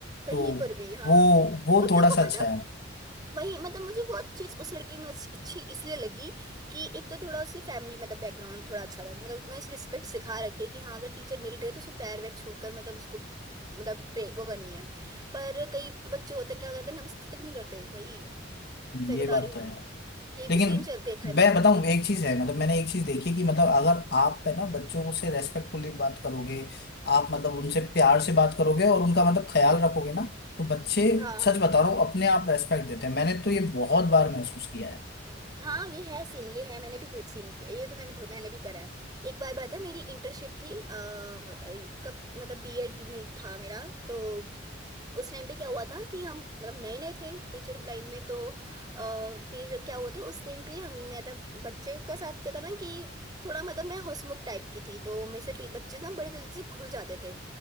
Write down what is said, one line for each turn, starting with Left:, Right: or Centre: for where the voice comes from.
Right: कहीं
Left: तो
Right: पर भी हाँ
Left: वो वो
Right: और
Left: थोड़ा
Right: देखो
Left: सा अच्छा
Right: मतलब
Left: है
Right: वही मतलब मुझे वो चीज उस लड़की में अच्छी अच्छी इसलिए लगी कि एक तो थोड़ा उसकी फैमिली मतलब बैकग्राउंड थोड़ा अच्छा था कि मतलब उसने रिस्पेक्ट सिखा रखी है कि हाँ अगर टीचर मिल रहे है तो उसको पैर वैर छू कर मतलब उसको मतलब प्रे वो करनी है पर कई तो बच्चे होते हैं क्या करते हैं नमस्ते तक नहीं करते भाई सही
Left: ये
Right: बता
Left: बात
Right: रही हूँ
Left: तो है
Right: ये भी
Left: लेकिन
Right: सीन चल देखा है मैंने
Left: मैं बताऊं एक चीज है मतलब मैंने एक चीज देखी कि मतलब अगर आप है ना बच्चों से रेस्पेक्टफुली बात करोगे आप मतलब उनसे प्यार से बात करोगे और उनका मतलब ख्याल रखोगे ना तो बच्चे
Right: हाँ
Left: सच
Right: हाँ
Left: बता रहा हूँ अपने आप रेस्पेक्ट देते हैं मैंने तो ये बहुत बार महसूस किया है
Right: हाँ ये है सीन ये है मैंने भी दे- सीन किया ये तो मैंने मैंने भी करा है एक बार बात है मेरी इंटर्नशिप थी आ, कब मतलब बीएड में था मेरा तो उस टाइम पे क्या हुआ था कि हम मतलब नए नए थे टीचर की लाइन में तो आ, फिर क्या हुआ था उस टाइम पे हमने था बच्चे का साथ क्या था ना कि थोड़ा मतलब मैं हंसमुख टाइप की थी तो मेरे से टी- बच्चे ना बड़े जल्दी से खुल जाते थे